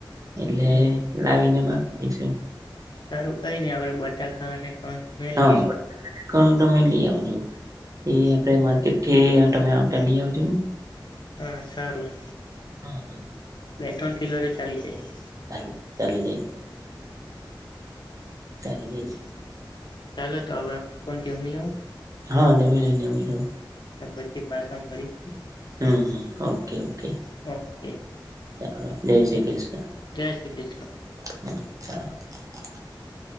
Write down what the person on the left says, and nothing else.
હમ હમ
સારું કઈ નઈ આપડે બટાકા અને પન મે
લઈ
હા સારું
બે ત્રણ કિલોરે ચાલી જાય
ચાલો તો હવે હું પણ જમી લઉં
ને પછી પાછા મળીશું
ઓકે
જય શ્રી કૃષ્ણ